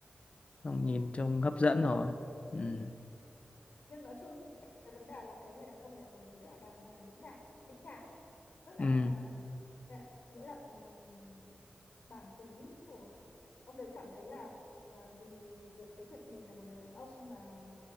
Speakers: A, on the left; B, on the left.
A: trông nhìn trông hấp
B: xinh
A: dẫn rồi. Ừ.
B: nhưng nói chung cái vấn đề là cái người đàn ông này một người rất là đàng hoàng đĩnh đạc ấy, đĩnh đạc ấy rất là
A: Ừ.
B: đàng hoàng nghĩa nghĩa là ừm, bản tính của ông đấy cảm thấy là là vì việc cái việc mình là một người đàn ông mà